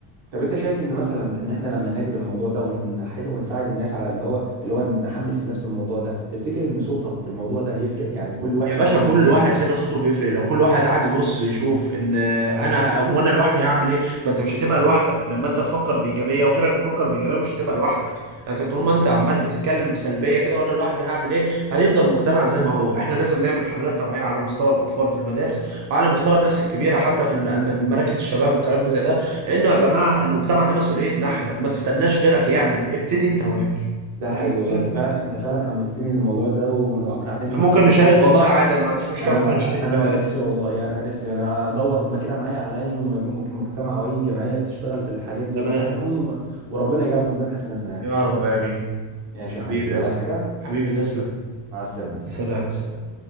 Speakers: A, on the right (about 60°); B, on the right (about 40°).
A: طب انت شايف ان مثلا ان احنا لما ننادي بالموضوع ده ونح... ونساعد الناس على اللي هو اللي هو نحمس الناس في الموضوع ده تفتكر ان صوتك في الموضوع ده هيفرق يعني كل واحد
B: يا باشا
A: يجي يقول
B: كل
A: للتاني
B: واحد فينا صوته بيفرق لو كل واحد قاعد يبص يشوف ان انا وانا لوحدي هعمل ايه ما انت مش هتبقى لوحدك لما انت تفكر بايجابيه وغيرك يفكر بايجابيه مش هتبقى لوحدك لكن طول ما انت عمال بتتكلم بسلبيه كده وانا لوحدي هعمل ايه هيفضل المجتمع زي ما هو احنا لازم نعمل حملات توعيه على مستوى الاطفال في المدارس وعلى مستوى الناس الكبيره حتى في الم- مراكز الشباب والكلام زي ده انه يا جماعه المجتمع ده مسؤوليتنا احنا ما تستناش غيرك يعمل ابتدي انت واعمل
A: ده
B: فاهم
A: حقيقي
B: الفكره
A: والله انت فعلا انت فعلا حمستني للموضوع ده واقنعتني
B: ممكن
A: بكلام
B: نشارك
A: كتير فعلا
B: والله عادي انا ما عنديش مشكله
A: انا
B: ممكن
A: ما...
B: نشارك
A: انا
B: في
A: نفسي والله انا نفسي انا ادور ما كده معايا على اي مج- مجتمع او اي جمعيه بتشتغل في الحاجات دي
B: تمام
A: ونساعدهم و... وربنا يجعله في ميزان حسناتنا يعني
B: يا رب امين
A: ماشي يا
B: حبيبي
A: حبيبي والله
B: يا اسطى
A: عايز حاجه
B: حبيبي تسلم
A: مع السلامه
B: سلام سلام